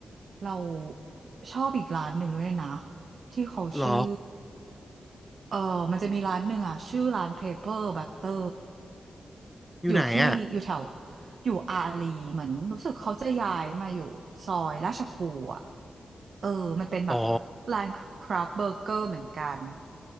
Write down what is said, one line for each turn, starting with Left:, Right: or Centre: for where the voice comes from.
Right: เราชอบอีกร้านหนึ่งด้วยนะที่เขาชื่อ
Centre: หรอ
Right: เออมันจะมีร้านหนึ่งอ่ะชื่อร้าน Paper Butter
Centre: อยู่ไหนอ่ะ
Right: อยู่ที่อยู่แถวอยู่อารีเหมือนรู้สึกเขาจะย้ายมาอยู่ซอยราชครูอ่ะเออมันเป็นแบบ
Centre: อ๋อ
Right: ร้านคราฟเบอร์เกอร์เหมือนกัน